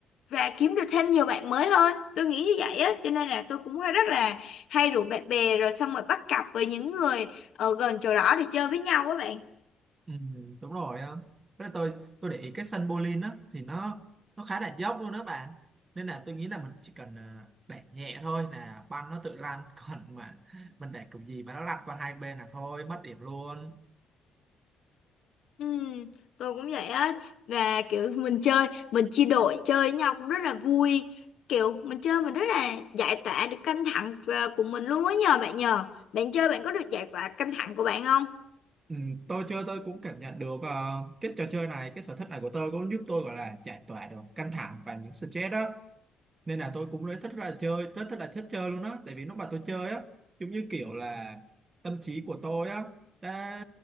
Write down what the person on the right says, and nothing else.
Ừ, đúng rồi á. Với lại tôi tôi để ý cái sân bowling á thì nó nó khá là dốc luôn đó bạn. Nên là tôi nghĩ là mình chỉ cần ờ, đẩy nhẹ thôi là banh nó tự lăn <laughs> còn mà mình đẩy kiểu gì mà nó lăn qua hai bên là thôi mất điểm luôn.
Ừ, tôi chơi tôi cũng cảm nhận được ờ, cái trò chơi này cái sở thích này của tôi cũng giúp tôi gọi là giải tỏa được căng thẳng và những stress đó nên là tôi cũng rất thích là chơi rất thích là thích chơi luôn á tại vì lúc mà tôi chơi á giống như kiểu là tâm trí của tôi á đã